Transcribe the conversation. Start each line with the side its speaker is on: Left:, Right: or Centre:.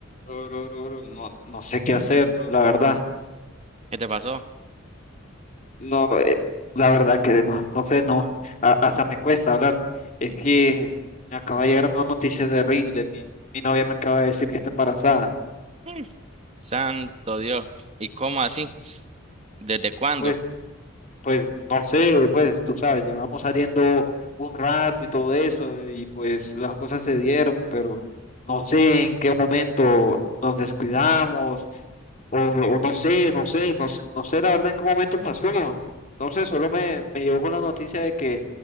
Left: Bro, bro, bro, bro, No, no sé qué hacer, bro, la verdad.
Right: ¿Qué te pasó?
Left: No, eh, la verdad que no, no sé, no. a- hasta me cuesta hablar. Es que me acaba de llegar una noticia terrible. Mi, mi novia me acaba de decir que está embarazada.
Right: Mm. Santo Dios. ¿Y cómo así? ¿Desde cuándo?
Left: Pues, pues, no sé, pues, tú sabes, llevamos saliendo un rato y todo eso, y pues las cosas se dieron, pero no sé en qué momento nos descuidamos O, o no sé, no sé, no sé, no sé la verdad en qué momento pasó. No sé, solo me, me llegó con la noticia de que,